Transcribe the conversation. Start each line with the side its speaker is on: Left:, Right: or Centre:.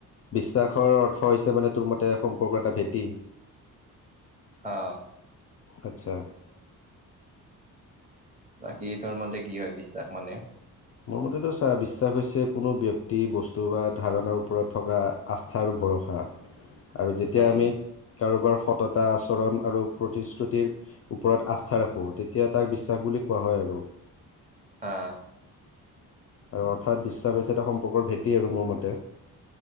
Left: বিশ্বাসৰ অৰ্থ হৈছে মানে তোৰ মতে সম্পৰ্ক এটা ভেটি।
Right: অ।
Left: আচ্ছা।
Right: বাকী তোৰ মতে কি হয় বিশ্বাস মানে?
Left: মোৰ মতেতো চোৱা বিশ্বাস হৈছে কোনো ব্যক্তি বস্তু বা ধাৰণাৰ ওপৰত থকা আস্থাৰ। ল ভৰষা।
Right: <inaudible>
Left: আৰু যেতিয়া
Right: উম
Left: আমি কাৰোবাৰ সততা আচৰণ আৰু প্ৰতিশ্ৰুতিৰ ওপৰত আস্থা ৰাখোঁ তেতিয়া তাক বিশ্বাস বুলি কোৱা হয় আৰু।
Right: অ
Left: আৰু অৰ্থাৎ বিশ্বাস হৈছে এটা সম্পৰ্কৰ ভেটি আৰু মোৰ মতে।